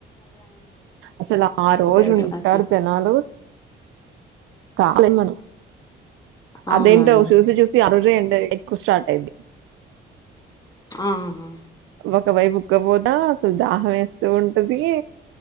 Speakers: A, on the right; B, on the left.
A: అసలు ఆ రోజు
B: దేవుడి
A: ఉంటారు
B: వారి
A: జనాలు కాలేము మనం
B: అవునండి
A: అదేంటో చూసి చూసి ఆ రోజే ఇడా ఎక్కువ స్టార్ట్ అయిద్ది
B: హా ఆ
A: ఒక వైపు ఉక్కపోతా అసలు దాహం వేస్తూ ఉంటది